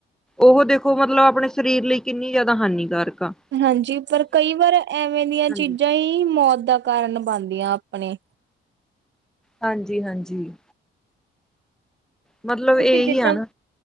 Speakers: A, in the centre; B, on the right (about 65°).
A: ਉਹ ਦੇਖੋ ਮਤਲਬ ਆਪਣੇ ਸਰੀਰ ਲਈ ਕਿੰਨੀ ਜ਼ਿਆਦਾ ਹਾਨੀਕਾਰਕ ਆ।
B: ਹਾਂਜੀ ਪਰ ਕਈ ਵਾਰ ਐਵੇਂ ਦੀਆਂ ਚੀਜ਼ਾਂ
A: ਹਾਂਜੀ
B: ਈ ਮੌਤ ਦਾ ਕਾਰਨ ਬਣਦੀਆਂ ਆਪਣੇ
A: ਹਾਂਜੀ ਹਾਂਜੀ ਮਤਲਬ
B: ਕਿਉਂਕਿ
A: ਇਹੀ
B: ਜਿੰਨਾ
A: ਆ ਨਾ